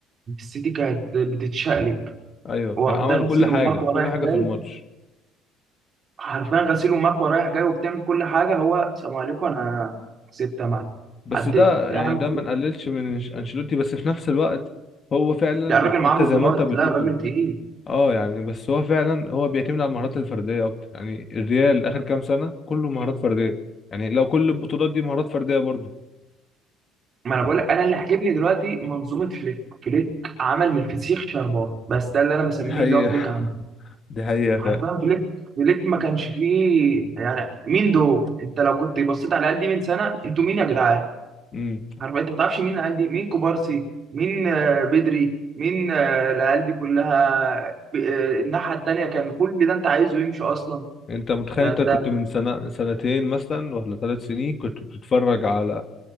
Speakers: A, on the right; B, on the left.
A: السيتي كانت بتتشقلب
B: ايوه فعملوا
A: واخدها غسيل
B: كل حاجة
A: ومكوى
B: كل
A: رايح
B: حاجة
A: جاي
B: في الماتش
A: حرفيا غسيل ومكوى رايح جاي وبتعمل كل حاجه هو سلام عليكم انا كسبت انا
B: بس
A: عديت
B: ده
A: يا
B: يعني
A: عم
B: ده ما نقللش من إنش- انشيلوتي بس في نفس الوقت هو فعلا
A: لا الراجل معاه
B: انت
A: بطولات
B: زي ما انت بتقول
A: لا الراجل تقيل
B: اه يعني بس هو فعلا هو بيعتمد على المهارات الفردية اكتر يعني الريال اخر كام سنة كله مهارات فردية يعني لو كل البطولات دي مهارات فردية برضه
A: ما انا بقول لك انا اللي عاجبني دلوقتي منظومه فليك فليك عمل من الفسيخ شربات بس ده اللي انا بسميه
B: دي حقيقة
A: اللي هو فليك
B: <laughs>
A: عمل
B: دي حقيقة
A: حرفيا فليك فليك ما كانش فيه يعني مين دول انت لو كنت بصيت على قد من سنه انتوا مين يا جدعان
B: فعلا
A: عارف انت ما تعرفش مين العيال دي مين كوبارسي مين آه، بدري مين آه، العيال دي كلها ب- آه، الناحيه التانيه كان كل ده انت عايزه يمشي اصلا
B: انت متخيل
A: فانت
B: انت كنت من سنة سنتين مثلا ولا ثلاث سنين كنت بتتفرج على